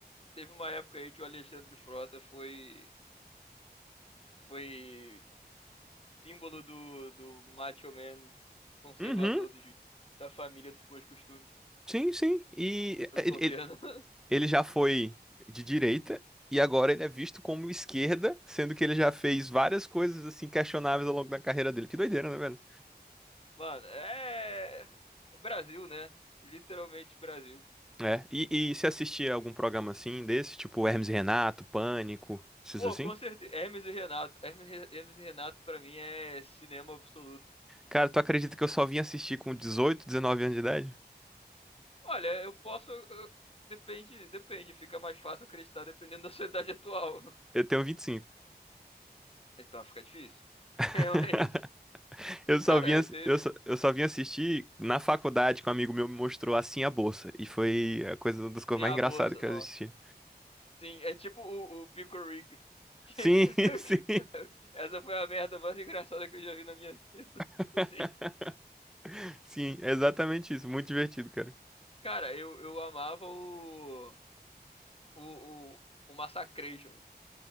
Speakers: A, on the left; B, in the centre.
A: Teve uma época aí que o Alexandre Frota foi, foi símbolo do, do macho man conservador
B: Uhum.
A: dos, da família dos bons costumes
B: Sim, sim. E
A: do
B: ele,
A: governo.
B: ele,
A: <laughs>
B: ele já foi de direita e agora ele é visto como esquerda, sendo que ele já fez várias coisas assim questionáveis ao longo da carreira dele. Que doideira, né, velho?
A: Mano, é. Brasil, né? Literalmente Brasil.
B: É. E, e se assistir algum programa assim desse, tipo Hermes e Renato, Pânico, esses
A: Pô,
B: assim?
A: com certeza. Hermes e Renato. Hermes, e- Hermes e Renato, pra mim, é cinema absoluto.
B: Cara, tu acredita que eu só vim assistir com 18, 19 anos de idade?
A: Olha, eu posso. eu- Depende, depende. Fica mais fácil acreditar dependendo da sua idade atual. <laughs>
B: Eu tenho 25.
A: Então fica difícil. <laughs> Realmente.
B: <laughs> Eu só
A: Cara,
B: vim,
A: eu
B: ass-
A: tenho.
B: eu só, eu só vim assistir na faculdade que um amigo meu me mostrou assim a bolsa. E foi a coisa, uma das coisas
A: Sim,
B: mais
A: a
B: engraçadas
A: bolsa,
B: que
A: nossa.
B: eu assisti.
A: Sim, é tipo o, o Pico Rick. Que-
B: Sim, <laughs> sim.
A: <laughs> Essa foi a merda mais engraçada que eu já vi na minha <laughs> vida.
B: <laughs>
A: Assim,
B: Sim, é exatamente isso. Muito divertido, cara.
A: Cara, eu, eu amava o, o, o, o Massacration.